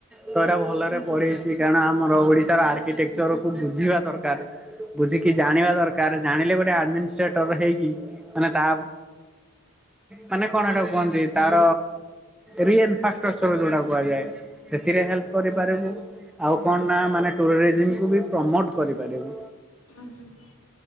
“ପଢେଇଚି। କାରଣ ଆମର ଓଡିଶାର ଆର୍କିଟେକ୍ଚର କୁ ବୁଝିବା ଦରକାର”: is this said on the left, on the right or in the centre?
Centre